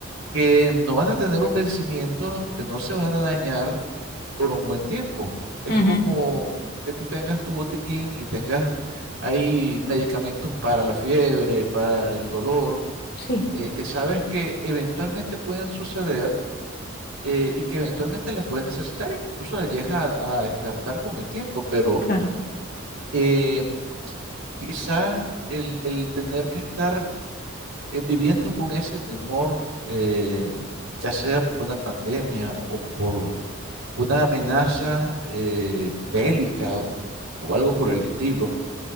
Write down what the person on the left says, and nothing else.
ujú,
sí,
claro.